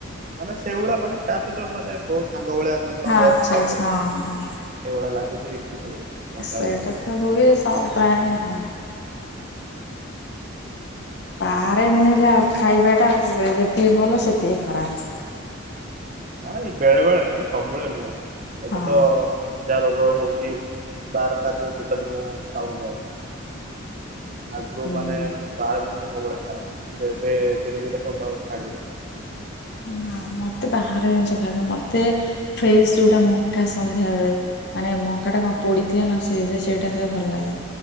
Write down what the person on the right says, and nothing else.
ମାନେ ସେଇଭଳିଆ ମାନେ କାହା ସହିତ ମାନେ କୋଉ ସାଙ୍ଗ ଭଳିଆ <unintelligible> ତମ
ବଏସ୍
ଲାଗୁଚି।
ସେଇଭଳିଆ ଲାଗୁଚି। କିନ୍ତୁ ଶୁଣିଲା
ଭଳିଆ ଲାଗୁଛି।
ନା ଏଇ ବେଳେ ବେଳେ ମାନେ ସବୁବେଳେ ନୁହେଁ। ଏବେ
ତ ଯାହା ରୋଗ ହଉଚି ବାହାର ଖାଦ୍ୟ ଟୋଟାଲି ମୁଁ ଖାଉନି ଆଉ। ଆଗରୁ
ମାନେ ବାହାର ଜିନିଷ ସବୁବେଳେ ଖାଏ। କିନ୍ତୁ ଏବେ ଧୀରେ ଧୀରେ ସବୁ ତକ ଛାଡିଦେଲି।